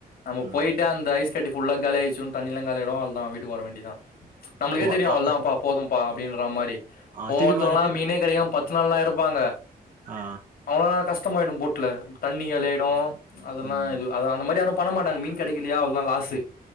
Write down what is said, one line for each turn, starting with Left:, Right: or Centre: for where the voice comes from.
Left: நம்ம
Right: உம்
Left: போயிட்டு அந்த ஐஸ் கட்டி ஃபுல்லா காலியாய்ருச்சோன் தண்ணிலா காலியாய்டு அல்லா விட் ட்டு வரவேண்டிதா நம்பளுக்கே
Right: ஓ
Left: தெரியு
Right: ஆ
Left: அவ்ளோ தாப்பா போதும் பா அப்டின்ற மாரி
Right: ஆ
Left: ஓவ்வொருத்தவங்க
Right: திருப்பி வந்துட்டு
Left: மீனே கெடைக்காம பத்து நாள்லா இருப்பாங்க
Right: ஆ
Left: அவ்ளோ கஷ் கஷ்டமாயிடும் போட்ல தண்ணி காலி ஆயிடு அதெல்லா
Right: ம்
Left: இது அது அந்த மாரி ஆய்டும் பண்ண மாட்டங்க மீன் கெடைக்கலையா அவ்ளோதா லாசு